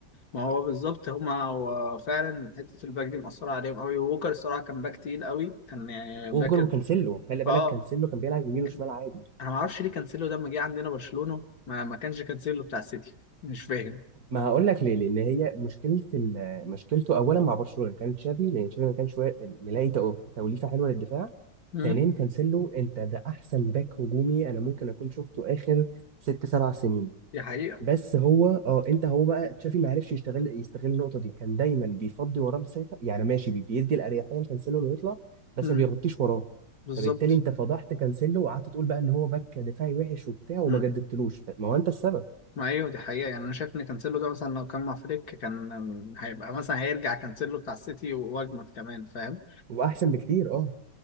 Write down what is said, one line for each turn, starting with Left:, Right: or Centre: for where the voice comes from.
Left: ما هو بالظبط هما هو فعلا حته الباك دي مأثره عليهم قوي ووكر الصراحه كان باك تقيل قوي كان يعني
Right: ووجر
Left: باك
Right: وكانسيلو خلي بالك
Left: اه
Right: كانسيلو كان بيلعب يمين وشمال
Left: كان...
Right: عادي
Left: انا ما اعرفش ليه كانسيلو ده لما جه عندنا برشلونه ما, ما كانش كانسيلو بتاع السيتي مش فاهم
Right: ما هقول لك ليه لان هي مشكله ال- مشكلته اولا مع برشلونه كان تشافي لان تشافي ما كانش وا- ملاقي تو- توليفه حلوه للدفاع
Left: امم
Right: ثانيا كانسيلو انت ده احسن باك هجومي انا ممكن اكون شفته اخر ست سبع سنين
Left: <laughs> دي حقيقه
Right: بس هو اه انت هو بقى تشافي ما عرفش يشتغل يستغل النقطه دي كان دايما بيفضي وراه مسافه يعني ماشي بي- بيدي الاريحيه لكانسيلو انه يطلع بس
Left: امم
Right: ما بيغطيش وراه
Left: بالظبط
Right: فبالتالي انت فضحت كانسيلو وقعدت تقول بقى ان هو باك دفاعي وحش وبتاع وما
Left: امم
Right: جددتلوش ما هو انت السبب
Left: ما ايوه دي حقيقه يعني انا شايف ان كانسيلو ده مثلا لو كان مع فليك كان هيبقى مثلا هيرجع كانسيلو بتاع السيتي واجمد كمان فاهم
Right: هو احسن بكتير اه